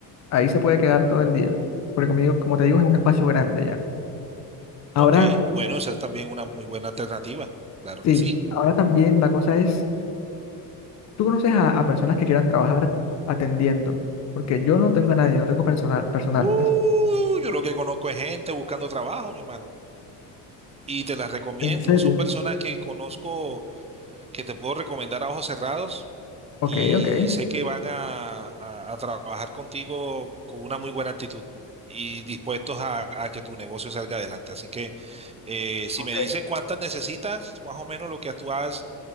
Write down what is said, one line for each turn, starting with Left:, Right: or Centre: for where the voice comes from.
Left: ahí se puede quedar todo el día. Porque conmigo, como te digo, es un espacio grande ya. Ahora,
Right: Ok, bueno, esa es también una muy buena alternativa. Claro
Left: sí,
Right: que sí.
Left: ahora también la cosa es ¿Tú conoces a, a personas que quieran trabajar atendiendo? Porque yo no tengo a nadie, no tengo personal, personal.
Right: Uh,
Left: Es-
Right: yo lo que conozco es gente buscando trabajo, mi hermano. Y te las recomiendo.
Left: ¿En serio?
Right: Son personas que conozco, que te puedo recomendar a ojos cerrados
Left: Ok,
Right: y
Left: ok.
Right: sé que van a, a- a trabajar contigo con una muy buena actitud y dispuestos a, a que tu negocio salga adelante. Así que eh, si
Left: ok.
Right: me dices cuántas necesitas, más o menos lo que tú has